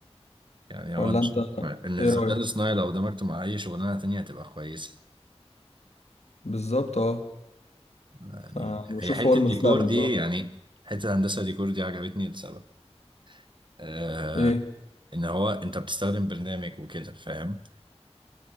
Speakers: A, on the right (about 45°); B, on the left (about 75°).
A: يعني هو
B: ولا
A: انا شايف
B: انت
A: ان
B: ايه
A: الذكاء
B: رأيك
A: الاصطناعي لو دمجته مع اي شغلانه تانية هتبقى كويسه
B: بالظبط اه
A: يعني
B: فانا بشوف
A: هي حته
B: هو المستقبل
A: الديكور دي
B: بصراحة
A: يعني حته هندسه ديكور دي عجبتني لسبب آه
B: ايه
A: ان هو انت بتستخدم برنامج وكده فاهم